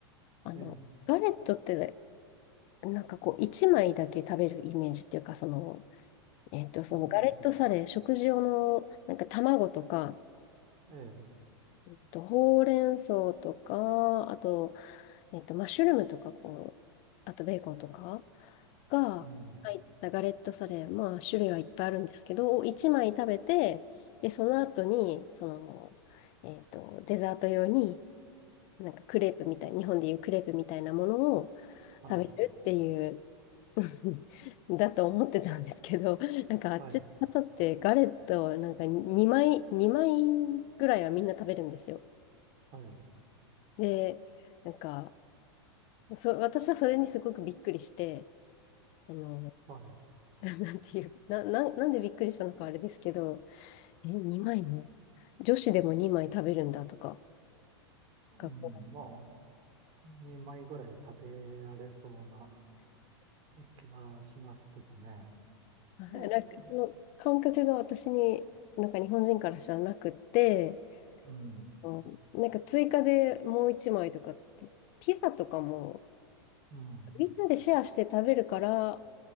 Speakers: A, on the left; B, on the right.
A: あの、
B: ええ。
A: ガレットってなんかこう一枚だけ食べるイメージっていうか、その、えっと、そのガレットサレ、
B: うん。
A: 食事用のなんか卵とか、
B: ええ。
A: えっとほうれん草とか、あとえっと、マッシュルームとか、こう、あとベーコンとかが入ったガレットサレ、
B: うん。
A: まあ、種類はいっぱいあるんですけど、1枚食べて、で、その後に、その、えっと、デザート用に、なんかクレープみたい、日本でいうクレープみたいなものを
B: はい。
A: 食べるっていう、<laughs> だと思ってたんですけど、なんかあっちの方ってガレットをなんか2枚、
B: はい。
A: 2枚ぐらいはみんな食べるんですよ。
B: はい。
A: で、なんか、そ、私はそれにすごくびっくりして、その、
B: はい。
A: <laughs> なんていう、な、な、なんでびっくりしたのかあれですけど、え、2枚も、女子でも2枚食べるんだとか、
B: うん。
A: 学校。
B: まあ、2枚ぐらい食べられそうな <laughs> 気はしますけどね。
A: あなんかその感覚が私に、
B: ええ。で
A: なんか日本人からしたらなくって、
B: うん。
A: あのなんか追加でもう1枚とかって、ピザとかも、
B: うん。
A: みんなでシェアして食べるから、